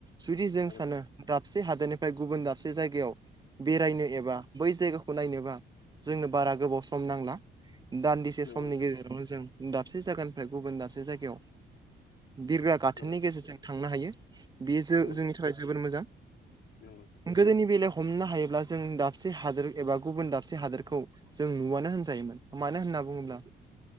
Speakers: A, on the right; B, on the left.
A: जुदि जों
B: नंगौ
A: सानो
B: नोंथां
A: दाबसे हादोरनिफ्राय गुबुन दाबसे जायगायाव बेरायनो
B: नंगौ
A: एबा बै जायगाखौ नायनोबा जोंनो बारा गोबाव सम नांला दान्दिसे
B: नोंथां
A: समनि गेजे रावनो जों दाबसे जायगानिफ्राय गुबुन दाबसे जायगायाव बिरग्रा गाथोननि
B: नंगौ नंगौ नोंथां नंगौ नोंथां
A: गेजेरजों थांनो हायो बेयो जों
B: नंगौ नोंथां
A: जोंनि थाखाय जोबोर मोजां
B: नंगौ नोंथां
A: गोदोनि बेलायाव हमनो हायोब्ला जों दाबसे हादोर एबा गुबुन दाबसे हादोरखौ जों नुआनो होनजायोमोन मानो होना बुङोब्ला